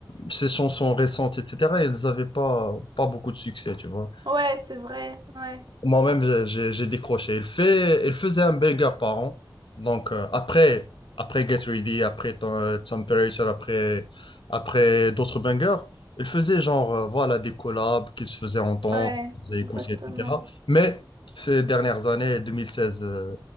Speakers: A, on the left; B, on the right.
A: ses chansons récentes, etc., elles n'avaient pas, pas beaucoup de succès, tu vois.
B: Ouais, c'est vrai, ouais,
A: Moi-même, j'ai j'ai j'ai décroché. Il fait, il faisait un burger par an. Donc, euh, après, après Get Ready, après Tem- euh, Temperature, après, après d'autres bangers, il faisait genre, euh, voilà, des collabs qui se faisaient entendre,
B: ouais,
A: qui se faisaient écouter,
B: exactement.
A: etc. Mais ces dernières années, 2016 euh,